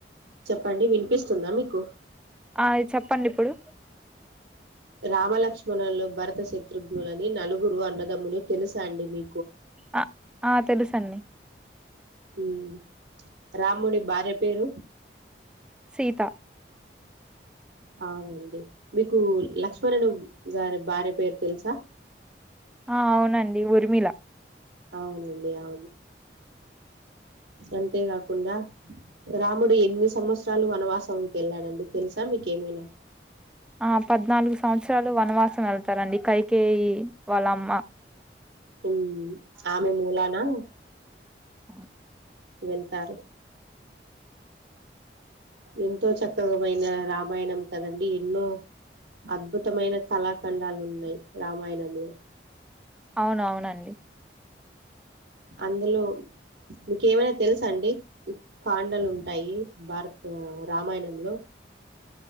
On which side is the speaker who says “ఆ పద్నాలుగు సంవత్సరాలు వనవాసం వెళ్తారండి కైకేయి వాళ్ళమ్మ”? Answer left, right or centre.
Centre